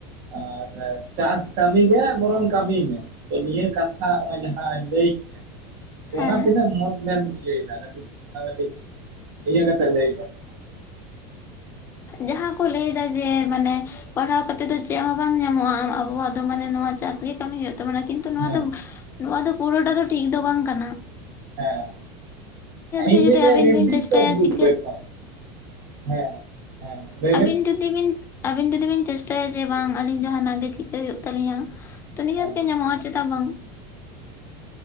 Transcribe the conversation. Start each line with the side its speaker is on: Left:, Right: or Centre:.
Right: ᱟᱨ ᱪᱟᱥ ᱠᱟᱹᱢᱤ ᱜᱮ ᱵᱚᱨᱚᱝ ᱠᱟᱹᱢᱤ ᱢᱮ ᱾ ᱛᱚ ᱱᱤᱭᱟᱹ ᱠᱟᱛᱷᱟ ᱚᱱᱮ ᱡᱟᱦᱟᱸᱧ ᱞᱟᱹᱭ ᱠᱮᱭᱟ ᱾ ᱚᱱᱟ
Left: ᱦᱮᱸ
Right: ᱛᱤᱱᱟᱹᱜ ᱢᱚᱛ ᱵᱮᱱ ᱤᱭᱟᱹ ᱫᱟ ᱠᱟᱹᱴᱤᱡ, ᱚᱱᱟ ᱠᱟᱹᱴᱤᱡ ᱤᱭᱟᱹ ᱠᱟᱛᱮ ᱞᱟᱹᱭ ᱵᱮᱱ ᱾
Left: ᱡᱟᱦᱟᱸ ᱠᱚ ᱞᱟᱹᱭ ᱫᱟᱭ ᱡᱮ ᱢᱟᱱᱮ ᱯᱟᱲᱦᱟᱣ ᱠᱟᱛᱮ ᱫᱚ ᱪᱮᱫ ᱦᱚᱸ ᱵᱟᱝ ᱧᱟᱢᱚᱜᱼᱟ, ᱟᱵᱚᱣᱟᱜ ᱫᱚ ᱢᱟᱱᱮ ᱱᱚᱣᱟ ᱪᱟᱥ ᱜᱮ ᱠᱟᱹᱢᱤ ᱦᱩᱭᱩᱜ ᱛᱟᱵᱚᱱᱟ ᱠᱤᱱᱛᱩ ᱱᱚᱣᱟ
Right: ᱦᱮᱸ
Left: ᱫᱚ ᱱᱚᱣᱟ ᱫᱚ ᱯᱩᱨᱟᱹᱴᱟ ᱫᱚ ᱴᱷᱤᱠ ᱫᱚ ᱵᱟᱝ ᱠᱟᱱᱟ ᱾
Right: ᱦᱮᱸ ᱤᱧ
Left: ᱜᱮ
Right: ᱫᱚᱧ
Left: ᱡᱩᱫᱤ
Right: ᱞᱟᱹᱭᱟ
Left: ᱟᱵᱤᱱ
Right: ᱱᱤᱨᱫᱤᱥᱴᱚ
Left: ᱵᱤᱱ ᱪᱮᱥᱴᱟᱭᱟ
Right: ᱵᱷᱩᱞ
Left: ᱪᱤᱠᱟᱹ
Right: ᱮᱠᱫᱚᱢ ᱾ ᱦᱮᱸ, ᱦᱮᱸ ᱞᱟᱹᱭ ᱵᱮᱱ
Left: ᱟᱹᱵᱤᱱ ᱡᱩᱫᱤ ᱵᱤᱱ, ᱟᱵᱮᱱ ᱡᱩᱫᱤ ᱵᱤᱱ ᱪᱮᱥᱴᱟᱭᱟ ᱡᱮ ᱵᱟᱝ ᱟᱞᱤᱧ ᱡᱟᱦᱟᱱᱟᱜ ᱜᱮ ᱪᱤᱠᱟᱹᱭ ᱦᱩᱭᱩᱜ ᱛᱟᱹᱞᱤᱧᱟ ᱛᱚ ᱱᱤᱦᱟᱹᱛ
Right: ᱦᱮᱸ
Left: ᱜᱮ ᱧᱟᱢᱚᱜᱼᱟ ᱪᱮᱫᱟᱜ ᱵᱟᱝ?